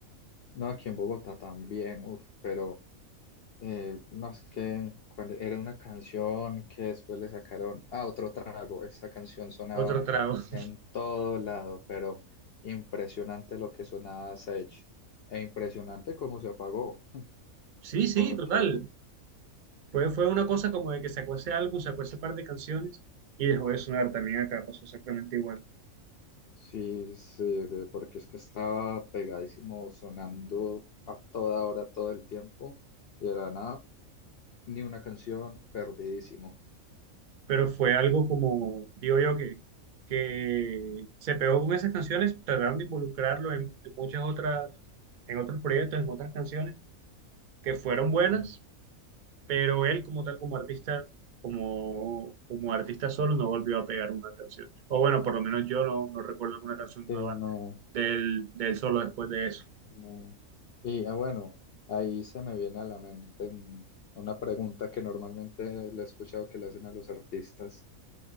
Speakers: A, on the left (about 65°); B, on the right (about 60°).
A: No, aquí en Bogotá también, uf, pero eh, no es que cuando era una canción que después le sacaron ah, otro trago, esa canción sonaba
B: Otro trago.
A: en
B: <laughs>
A: todo lado, pero impresionante lo que sonaba Sech e impresionante cómo se apagó,
B: Sí, sí,
A: porque
B: total. Fue, fue una cosa como de que sacó ese álbum, sacó ese par de canciones y dejó de sonar también acá, pasó exactamente igual.
A: sí, sí, porque es que estaba pegadísimo sonando a toda hora, todo el tiempo, y era nada, ni una canción, perdidísimo.
B: Pero fue algo como, digo yo, que, que se pegó con esas canciones, trataron de involucrarlo en, en muchas otras, en otros proyectos, en otras canciones que fueron buenas,
A: Sí,
B: pero él como tal, como artista, como, como artista solo, no volvió a pegar una canción. O bueno, por lo menos yo no, no recuerdo alguna canción
A: sí,
B: nueva
A: no.
B: del, del solo después de eso.
A: No. Y ah, bueno, ahí se me viene a la mente mm, una pregunta que normalmente le he escuchado que le hacen a los artistas.